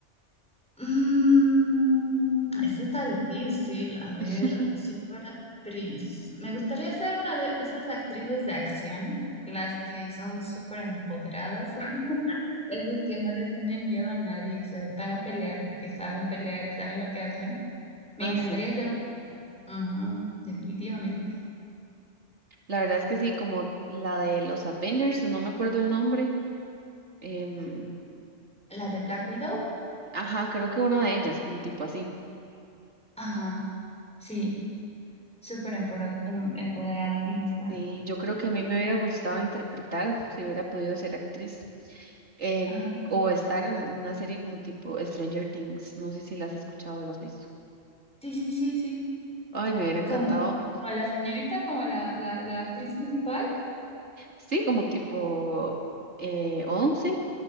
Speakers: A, in the centre; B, on the right (about 70°).
A: Mm, eso está difícil. A ver,
B: <laughs>
A: si fuera actriz. Me gustaría ser una de esas actrices de acción, las que
B: Mm.
A: son súper empoderadas, <laughs> esas que no le tienen miedo a nadie y se van a pelear porque saben pelear y saben lo que hacen. Me
B: Ah,
A: encantaría
B: sí.
A: ser una. Ajá, definitivamente.
B: La verdad es que sí, como la de los Avengers, no me acuerdo el nombre. em,
A: La de Black Widow.
B: ajá, creo que una de ellas, como tipo así.
A: Ajá, sí, súper empora- um, empoderada, linda.
B: Sí, yo creo que a mí me hubiera gustado interpretar, si hubiera podido ser actriz, eh,
A: Ajá,
B: o estar en una serie como tipo Stranger Things. No sé si la has escuchado o la has visto.
A: sí, sí, sí, sí.
B: Ay, me hubiera encantado.
A: Como, como la señorita, como la, la, la actriz principal.
B: Sí, como tipo eh, 11